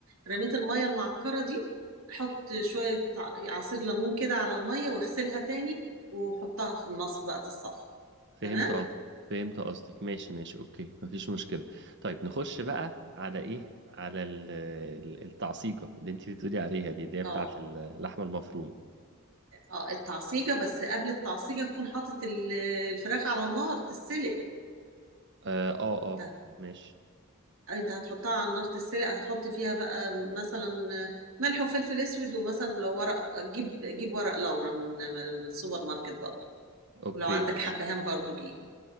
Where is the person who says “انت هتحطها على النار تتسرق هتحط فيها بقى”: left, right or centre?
Right